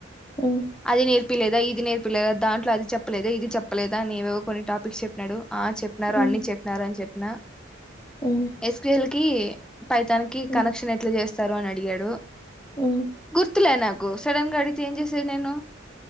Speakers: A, on the left; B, in the centre.
A: ఉమ్
B: అది నేర్పిలేదా ఇది నేర్పు పిల్లల దాంట్లో అది చెప్పలేదదు ఇది చెప్పలేదా అని ఏవో కొన్ని టాపిక్స్ చెప్పినాడు ఆ చెప్పిన
A: ఉమ్
B: అన్ని చెప్పిన అని చెప్పిన
A: ఉమ్
B: ఎస్పిఎల్ కి పైతానికి
A: ఉమ్
B: కనెక్షన్ ఎట్లా చేస్తారు అని అడిగాడు
A: ఉమ్
B: గుర్తులే నాకు సడన్ గా అడితే ఏంజ చేసేది నేను